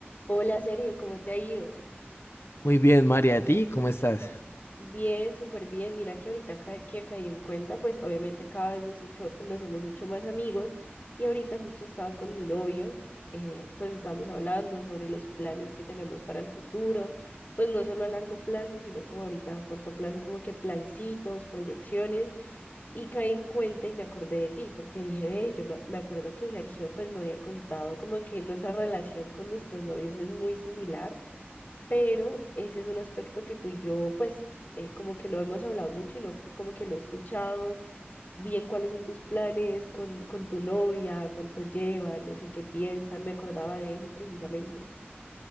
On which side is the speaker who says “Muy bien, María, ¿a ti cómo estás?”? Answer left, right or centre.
Left